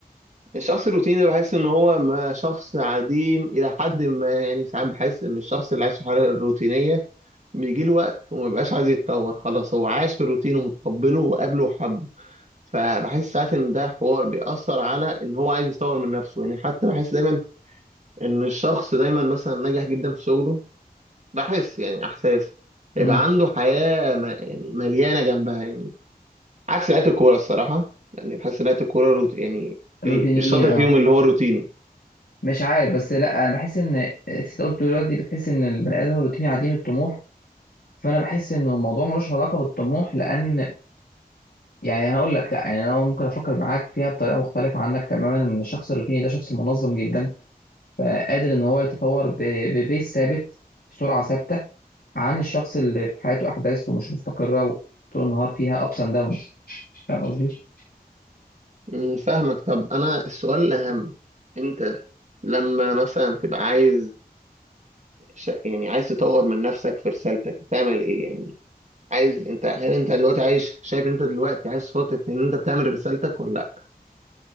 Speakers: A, on the right (about 45°); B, on the left (about 75°).
A: الشخص الروتيني ده بحس ان هو ما شخص عديم الى حد ما يعني ساعات بحس ان الشخص اللي عايش في حاله روتينيه بيجي له وقت وما بيبقاش عايز يتطور خلاص هو عاش في الروتين ومتقبله وقابله وحبه فبحس ساعات ان ده حوار بيأثر على ان هو عايز يطور من نفسه يعني حتى بحس دايما ان الشخص دايما مثلا ناجح جدا في شغله بحس يعني احساس يبقى
B: امم
A: عنده حياه ما يعني مليانه جنبها يعني عكس لعيبه الكوره الصراحه يعني بحس لعيبه الكوره روت يعني
B: الروتينيين
A: ال- الشاطر
B: اه
A: فيهم اللي هو روتيني
B: مش عارف بس لا انا بحس ان انت قلت دلوقتي بتحس ان البني ادم الروتيني عديم الطموح فانا بحس ان الموضوع ملوش علاقه بالطموح لان يعني انا اقول لك لا يعني انا ممكن افكر معاك فيها بطريقه مختلفه عنك تماما ان الشخص الروتيني ده شخص منظم جدا فقادر ان هو يتطور ب- ببيس ثابت بسرعه ثابته عن الشخص اللي في حياته احداث ومش مستقره وطول النهار فيها ابس اند داونز فاهم قصدي؟
A: مم، فاهمك طب انا السؤال الاهم انت لما مثلا تبقى عايز ش... يعني عايز تطور من نفسك في رسالتك بتعمل ايه يعني عايز انت هل انت دلوقتي عايش شايف انت دلوقتي عايز خطط ان انت بتعمل رسالتك ولا لا